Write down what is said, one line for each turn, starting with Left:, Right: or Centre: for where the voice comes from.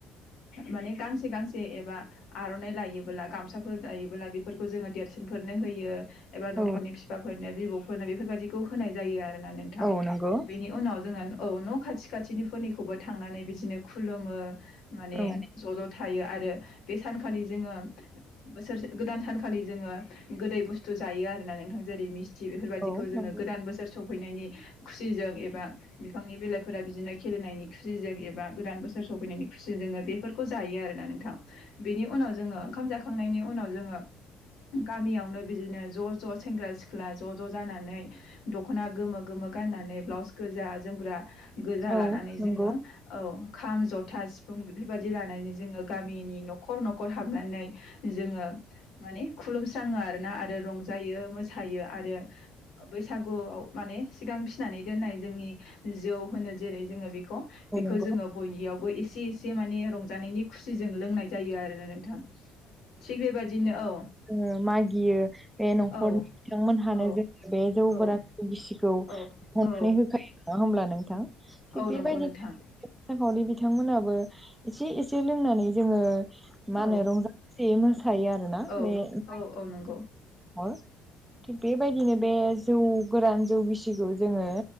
Left: माने गांसे गांसे एबा आर'नाइ दायोबोब्ला गामसाफोर दायोबोब्ला बेफोरखौ जोङो देरसिन फोरनो होयो एबा न'खरनि
Centre: औ
Left: फिफाफोरनो बिबौफोरनो बेफोरबायाददिखौ होनाय जायो आरो नोंथां
Centre: औ नंगौ
Left: बिनि उनाव जोङो औ न' खाथि खाथिनि फोरनिखौबो थांनानै बिदिनो खुलुमो माने
Centre: औ
Left: ज' ज' थायो आरो बे सानखालि जोङो बोसोरसे गोदान सानखालि जोङो गोदै बुस्थु जायो आरो ना नोंथां जेरै मिस्थि बेफोर बादि
Centre: औ
Left: खौ जोङो
Centre: नंगौ
Left: गोदान बोसोर सौफै फैनायनि खुसिजों एबा बिफांनि बिलाइफोरा बिदिनो खेलेनायनि खुसिजों एबा गोदान बोसोर सफैनायनि खुसिजों जोङो बेफोरखौ जायो आरोना नोंथां बेनि उनाव जोङो ओंखाम जाखांनायनि उनाव उनाव जोङो गामियावनो बिदिनो ज' ज' सेंग्रा सिख्ला ज' ज' जानानै दख'ना गोमो गोमो गाननानै ब्लाउस गोजा जोमग्रा गोजा
Centre: औ
Left: लानानै
Centre: नंगौ
Left: जोङो औ खाम जथा सिफुं बेफोरबायादि लानानै जोङो गामिनि न'खर न'खर हाबनानै जोङो माने खुलुमस्राङो आरो ना आरो रंजायो मोसायो आरो बैसागुआव माने सिगां फिसिनानै दोननाय जोंनि जौ होनो जेरै जोङो बे खौ बेखौ
Centre: औ नंगौ
Left: जोङो बेयावबो एसे एसे माने रंजानायनि खुसिजों लोंनाय जायो आरोना नोंथां थिग बे बायदिनो औ
Centre: ओ मागियो बे न'खरनि
Left: औ
Centre: बिथांमोनहानो
Left: औ
Centre: जों बे जौ
Left: औ
Centre: गोरानखौ गिसिखौ
Left: औ
Centre: खौ
Left: औ
Centre: अननानै होखायो नङा होमब्ला नोंथां थिग
Left: औ
Centre: बेबायदिनो
Left: नंगौ नोंथां
Centre: मोसाखावरि बिथांमोनाबो एसे एसे लोंनानै जोङो मा
Left: औ
Centre: होनो रंजा खुसियै मोसायो आरो ना
Left: औ
Centre: बे <unintelligible>
Left: औ औ नंगौ
Centre: हर थिग बेबायदिनो बे जौ गोरान जौ गिसिखौ जोङो